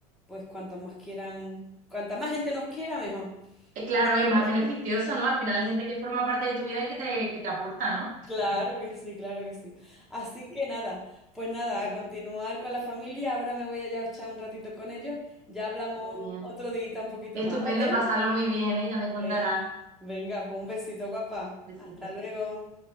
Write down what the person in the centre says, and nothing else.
pues cuantas más quieran, cuanta más gente nos quiera, mejor.
así
que
Claro que sí, claro que sí. Así que nada, pues nada,
a continuar con la familia. Ahora me voy allá a echar un ratito con ellos. Ya hablamos
otro día un poquito
más, ¿vale?
Ven- Venga, pues un besito, guapa.
Hasta luego.